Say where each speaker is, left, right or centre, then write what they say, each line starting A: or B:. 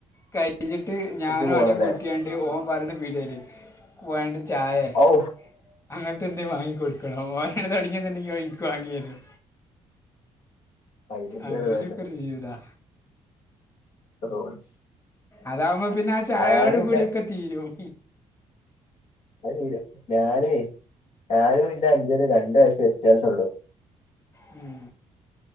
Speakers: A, on the left; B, on the left.
A: കഴിഞ്ഞിട്ട് ഞാൻ
B: ഇജ്ജ് പോണല്ലേ
A: ഓനെ കുട്ടിയ ഓന് പറീണ പീഡിയേൽ വേണ്ട് ചായെ
B: ഔ
A: അങ്ങനത്തെന്നെ വാങ്ങി കൊടുക്കണം ഓനണ് തൊടങ്ങിയ പിന്നെ ഓൻ ഇൻക്ക് വാങ്ങേരും വാങ്ങിയരുന്നു
B: അതിലും
A: അങ്ങനൊക്കെ
B: ചെലവന്നെ
A: ഒരു ജീവിതാ
B: <unintelligible>
A: അതവുമ്പോ പിന്നെ ആ ചായയോട്
B: ഞാനും
A: കൂടിയൊക്കെ
B: ഇല്ല
A: തീരും
B: അത് തീരും ഞാനും ഞാനും ഇന്റെ അഞ്ജനും രണ്ട്‌ വയസ് വ്യത്യാസം ഉള്ളു
A: ഉം